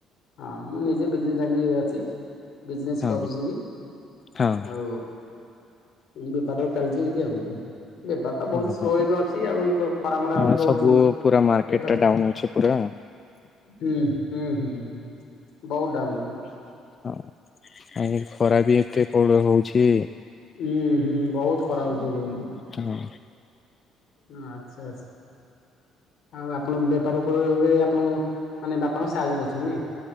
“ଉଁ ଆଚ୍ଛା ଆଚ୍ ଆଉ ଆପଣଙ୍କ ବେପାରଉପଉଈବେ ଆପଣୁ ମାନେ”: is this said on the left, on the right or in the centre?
Left